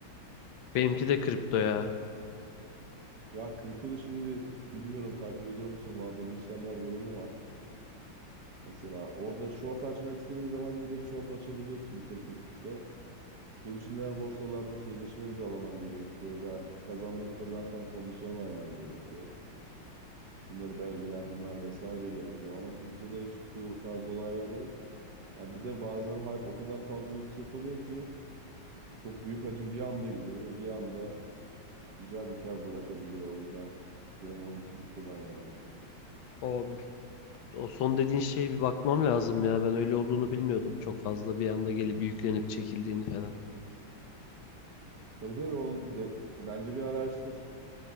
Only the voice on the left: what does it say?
Benimki de kripto ya.
O, o son dediğin şeye bir bakmam lazım ya. Ben öyle olduğunu bilmiyordum çok fazla. Bir anda gelip yüklenip çekildiğini falan.